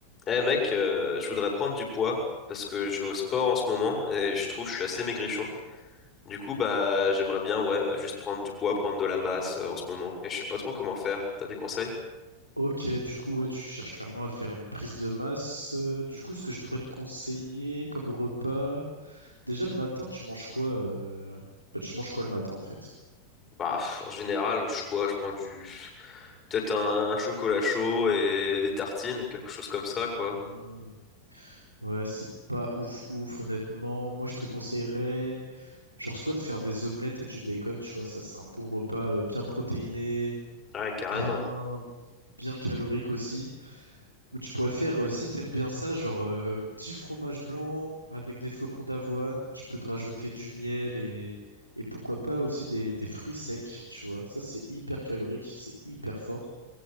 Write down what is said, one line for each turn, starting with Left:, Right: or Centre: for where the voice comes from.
Left: Eh mec, euh, je voudrais prendre du poids parce que je vais au sport en ce moment et je trouve que je suis assez maigrichon. Du coup, bah j'aimerais bien ouais, juste prendre du poids, prendre de la masse euh, en ce moment et je sais pas trop comment faire. T'as des conseils?
Right: Ok, du coup, ouais, tu cherches clairement à faire une prise de masse. Euh, du coup, ce que je pourrais te conseiller comme repas, déjà le matin, tu manges quoi euh... bah, tu manges quoi le matin en fait?
Left: Bah pff, en général, je quoi, je prends du peut-être un, un chocolat chaud et des tartines, quelque chose comme ça quoi.
Right: Hmm, Ouais, c'est pas ouf ouf, honnêtement. Moi, je te conseillerais, genre, soit de faire des omelettes et du bacon, tu vois, ça, c'est un bon repas euh, bien protéiné,
Left: Ouais, carrément.
Right: bien, bien calorique aussi. Ou tu pourrais faire, euh, si t'aimes bien ça, genre euh, petit fromage blanc avec des flocons d'avoine. Tu peux te rajouter du miel et, et pourquoi pas aussi des, des fruits secs, tu vois. Ça, c'est hyper calorique, c'est hyper fort.